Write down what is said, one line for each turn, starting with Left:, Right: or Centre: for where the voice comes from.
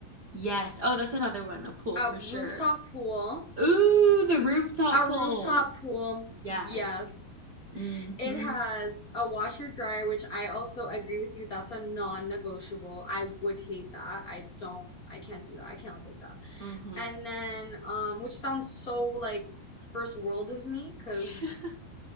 Right: Yes. Oh, that's another one, a pool
Left: a
Right: for
Left: rooftop
Right: sure.
Left: pool,
Right: Ooh, the rooftop
Left: a rooftop
Right: pole.
Left: pool.
Right: Yes.
Left: Yes.
Right: Mm-hmm.
Left: It has a washer dryer, which I also agree with you. That's a non-negotiable. I would hate that. I don't, I can't do that. I can't live like that.
Right: Mm-hmm.
Left: And then, um, which sounds so like first world of me, because
Right: <laughs>